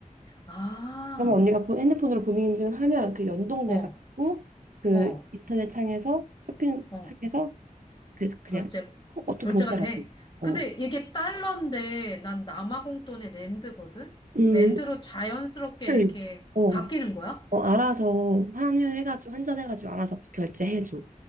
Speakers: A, on the left; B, on the right.
A: 아,
B: 그러면 언니가 본- 핸드폰으로 본인 인증을 하면 그 연동돼가지고,
A: 어,
B: 그
A: 어,
B: 인터넷 창에서, 쇼핑
A: 어,
B: 창에서 그래서 그냥
A: 결제,
B: 어떤
A: 결제가
B: 경제가
A: 돼.
B: 돼. 어.
A: 근데 이게 달러인데, 난 남아공돈이 랜드거든?
B: 음.
A: 랜드로 자연스럽게 이렇게
B: 응. 어.
A: 바뀌는 거야?
B: 어, 알아서 환율해가지고 환전해가지고 알아서 결제해줘.